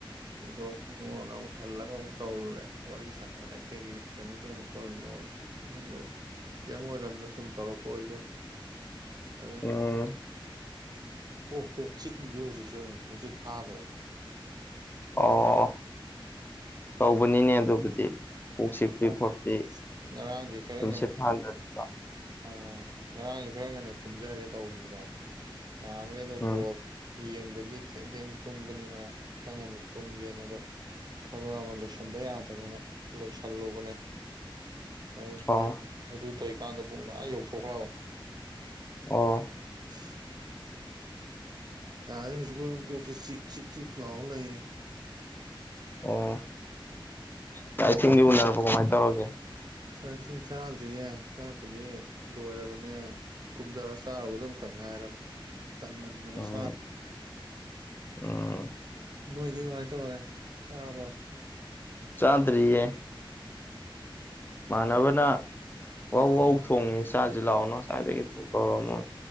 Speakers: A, on the right; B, on the left.
A: ꯀꯩꯗꯧꯅꯣꯅ ꯑꯃꯨꯛ ꯍꯜꯂꯒ ꯑꯃꯨꯛ ꯇꯧꯔꯨꯔꯦ ꯋꯥꯔꯤ ꯁꯥꯔꯦ ꯀꯩꯀꯩ ꯀꯩꯅꯣ ꯇꯧꯔꯤꯅꯣ ꯈꯣꯠꯂꯤꯏꯅꯣ ꯑꯗ ꯀꯩꯝ ꯑꯣꯏꯔꯝꯗ ꯁꯨꯝ ꯇꯧꯔꯛꯄ ꯑꯣꯏꯂꯦꯝ ꯑꯗꯨꯅ
B: ꯎꯝ
A: ꯀꯣꯛꯁꯤꯗ ꯆꯤꯛꯂꯤꯁꯤ ꯍꯧꯖꯤꯛꯁꯨ ꯑꯗꯨꯝ ꯊꯨꯝꯆꯠ ꯐꯥꯗꯔꯒꯤ
B: ꯑꯣ ꯇꯧꯕꯅꯤꯅꯦ ꯑꯗꯨꯕꯨꯗꯤ ꯀꯣꯛ ꯆꯤꯛꯄꯤ
A: ꯑ
B: ꯈꯣꯠꯄꯤ
A: ꯉꯔꯥꯡꯁꯦ ꯀꯔꯝ
B: ꯇꯨꯝꯁꯤꯠ ꯐꯥꯗꯕꯤꯗꯣ
A: ꯀꯥꯟ ꯑꯥ ꯉꯔꯥꯡꯁꯤ ꯈꯔ ꯉꯟꯅ ꯇꯨꯝꯖꯔꯒꯦ ꯇꯧꯕꯅꯤꯗ ꯉꯍꯥꯡꯈꯩꯗꯣ
B: ꯎꯝ
A: ꯒꯣꯜ ꯌꯦꯡꯕꯒꯤ ꯊꯦꯡ ꯊꯦꯡ ꯇꯨꯝꯕꯅꯤꯅ ꯈꯔ ꯀꯟꯅ ꯇꯨꯝꯒꯦꯅꯗꯣ ꯊꯕꯛ ꯑꯃ ꯂꯣꯏꯁꯤꯟꯕ ꯌꯥꯗꯗꯅ ꯂꯣꯏꯁꯤꯜꯂꯨꯕꯅꯦ ꯑꯗꯨꯗꯤ
B: ꯑꯣ
A: ꯑꯗꯨ ꯇꯧꯔꯤꯀꯥꯟꯗ ꯄꯨꯡ ꯂꯥ ꯌꯧꯊꯣꯛꯈ꯭ꯔꯕ
B: ꯑꯣ
A: <unintelligible> ꯌꯥꯔꯅꯤ ꯍꯧꯖꯤꯛꯐꯥꯎ ꯑꯗꯨꯝ ꯀꯣꯛꯁꯦ ꯆꯤꯛ ꯆꯤꯛ ꯆꯤꯛ ꯂꯥꯎ ꯂꯩꯔꯤ
B: ꯑꯣ ꯆꯥꯏ ꯏꯁꯤꯡꯒꯤ ꯎꯅꯔꯕ ꯀꯃꯥꯏꯅ ꯇꯧꯔꯒꯦ
A: ꯆꯥꯛ ꯏꯁꯤꯡ ꯆꯥꯗ꯭ꯔꯤꯌꯦ ꯆꯥꯛꯄꯨꯗꯤ ꯂꯣꯏꯔꯕꯅꯦ ꯀꯨꯝꯊꯔꯒ ꯆꯥꯔꯨꯕꯗ ꯑꯃꯈꯛ ꯉꯥꯏꯔꯝꯃꯤ ꯇꯟꯃꯟꯗꯅ
B: ꯎꯝ
A: ꯁꯥ
B: ꯎꯝ
A: ꯅꯣꯏꯗꯤ ꯀꯃꯥꯏꯅ ꯇꯧꯔꯒꯦ ꯆꯥꯔꯕꯣ
B: ꯆꯥꯟꯗꯔꯤꯌꯦ ꯃꯥꯟꯅꯕꯅ ꯧꯧ ꯊꯣꯡꯉꯤ ꯆꯥꯁꯤ ꯂꯥꯛꯑꯣꯅ ꯉꯋꯥꯥꯏꯏꯗꯒꯤ ꯊꯣꯡ ꯀꯧꯔꯃꯣ